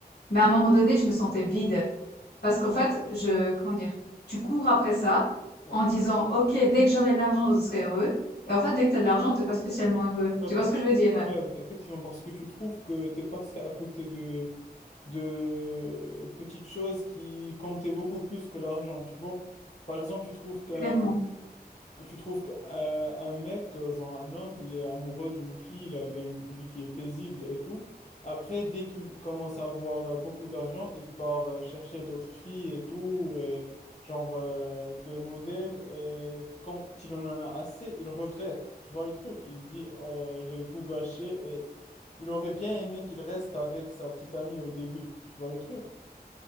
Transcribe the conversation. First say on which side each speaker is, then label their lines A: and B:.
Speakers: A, on the left; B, on the left.
A: Mais à un moment donné, je me sentais vide. Parce qu'en fait, je, comment dire, tu cours après ça
B: ouais.
A: en disant, OK, dès que j'aurai de l'argent, je serai heureux. Et en fait, dès que t'as de l'argent, t'es pas spécialement heureux.
B: Ouais,
A: Tu
B: parce-
A: vois ce que je veux dire? euh,
B: ouais, effectivement, parce que tu trouves que tu es passé à côté de, de petites choses qui comptaient beaucoup plus que l'argent, tu vois. Par exemple, tu trouves qu'un
A: Clairement.
B: Que tu trouves qu'un euh, un mec, euh, genre un homme, il est amoureux d'une fille, il avait une vie qui est paisible et tout. Après, dès qu'il commence à avoir euh, beaucoup d'argent, il part euh, chercher d'autres filles et tout, et genre euh, des modèles. Et quand il en en a assez, il regrette. Tu vois le truc? Il dit, oh, j'ai tout gâché. Et il aurait bien aimé qu'il reste avec sa petite amie au début. Tu vois le truc?